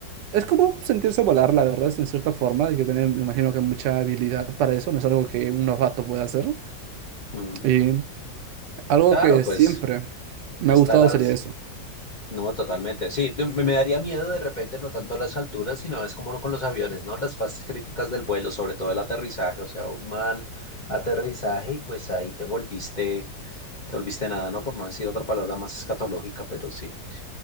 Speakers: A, on the right; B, on the left.
A: Es como sentirse volar, la verdad, en cierta forma. Hay que tener, me imagino que mucha habilidad para eso. No es algo que un novato pueda hacer.
B: Mm.
A: Y algo
B: Claro,
A: que
B: pues
A: siempre me
B: está
A: ha gustado
B: las...
A: sería eso.
B: No, totalmente. Sí, de- me me daría miedo de repente, no tanto las alturas, sino es como con los aviones, ¿no? Las fases críticas del vuelo, sobre todo el aterrizaje, o sea, un mal aterrizaje y pues ahí te volviste, te volviste nada, ¿no? Por no decir otra palabra más escatológica, pero sí,